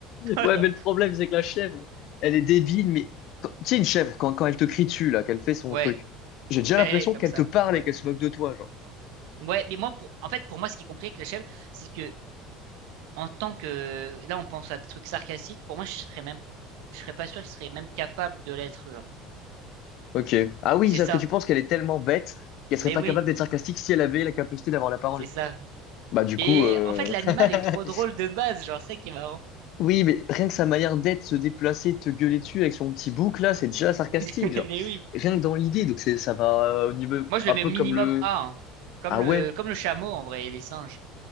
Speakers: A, on the right; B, on the left.
A: Oh
B: Ouais,
A: non.
B: mais le problème, c'est que la chèvre, elle est débile, mais quand- tu sais, une chèvre, quand, quand elle te crie dessus, là, qu'elle fait son
A: Ouais,
B: truc, j'ai déjà
A: ben,
B: l'impression
A: comme
B: qu'elle
A: ça,
B: te parle
A: ouais.
B: et qu'elle se moque de toi, genre.
A: Ouais, mais moi, pour... en fait, pour moi, ce qui est compliqué avec la chèvre, c'est que en tant que là on pense à des trucs sarcastiques pour moi je serais même je serais pas sûr qu'il serait même capable de l'être genre
B: Ok. Ah oui,
A: c'est
B: c'est-à-dire
A: ça
B: que tu penses qu'elle est tellement bête qu'elle
A: mais
B: serait pas
A: oui
B: capable d'être sarcastique si elle avait la capacité d'avoir la parole.
A: c'est ça
B: Bah, du
A: mais
B: coup, euh...
A: en fait l'animal
B: <laughs>
A: est trop drôle de base genre c'est ça qui est marrant
B: oui, mais rien que sa manière d'être, se déplacer, te gueuler dessus avec son petit bouc, là, c'est déjà sarcastique,
A: <laughs>
B: genre.
A: mais oui
B: Rien que dans l'idée, donc c'est, ça va euh, au niveau
A: moi je
B: un
A: le mets
B: peu
A: au minimum
B: comme le.
A: A hein. comme
B: Ah
A: le
B: ouais,
A: comme le chameau en vrai et les singes